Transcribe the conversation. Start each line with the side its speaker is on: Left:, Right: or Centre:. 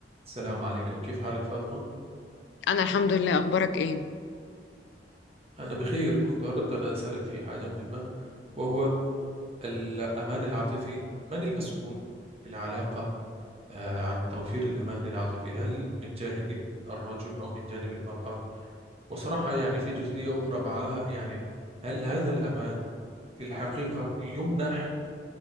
Right: السلام عليكم كيف حالك فاطمة؟
Left: أنا الحمد لله أخبارك إيه؟
Right: أنا بخير كنت أردت أن أسألك في حاجة مهمة وهو الأمان العاطفي من المسؤول في العلاقة آه، عن توفير الأمان العاطفي هل من جانب الرجل أو من جانب المرأة؟ وصراحة يعني في جزئية أخرى معها يعني هل هذا الأمان في الحقيقة يمنح